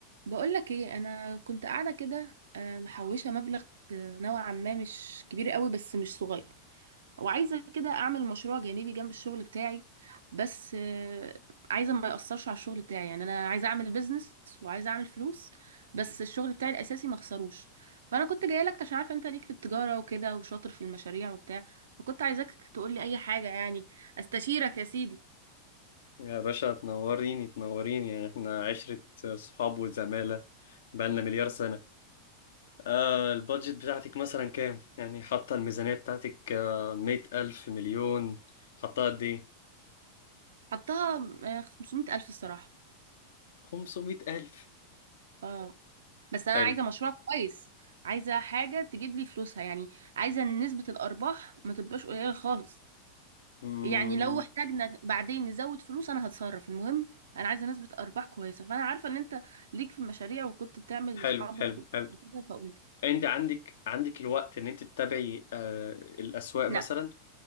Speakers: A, on the right (about 65°); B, on the left (about 60°).
A: بقولك ايه انا كنت قاعده كده آه، محوشه مبلغ آه، نوعا ما مش كبير قوي بس مش صغير وعايزه كده اعمل مشروع جانبي جنب الشغل بتاعي بس آه، عايزه ما ياثرش على الشغل بتاعي يعني انا عايزه اعمل بيزنس وعايزه اعمل فلوس بس الشغل بتاعي الاساسي ما اخسروش فانا كنت جايه لك عشان عارفه انت ليك في التجاره وكده وشاطر في المشاريع وبتاع فكنت عايزاك تقول لي اي حاجه يعني استشيرك يا سيدي
B: يا باشا تنوريني تنوريني يعني احنا عشرة صحاب وزمالة بقالنا مليار سنة آه البادجت بتاعتك مثلا كام؟ يعني حاطة الميزانية بتاعتك آه مية ألف مليون حاطة قد ايه؟
A: حطها آه، 500 الف الصراحه
B: خمسمية ألف
A: اه بس انا
B: حلو
A: عايزه مشروع كويس عايزه حاجه تجيب لي فلوسها يعني عايزه إن نسبه الارباح ما تبقاش قليله خالص
B: مم.
A: يعني لو احتاجنا بعدين نزود فلوس انا هتصرف المهم انا عايزه نسبه ارباح كويسه فانا عارفه ان انت ليك في المشاريع وكنت بتعمل
B: حلو
A: لاصحابك
B: حلو
A: وكده
B: حلو
A: فقلت
B: انت عندك عندك الوقت ان انت تتابعي آه الأسواق
A: لا
B: مثلا؟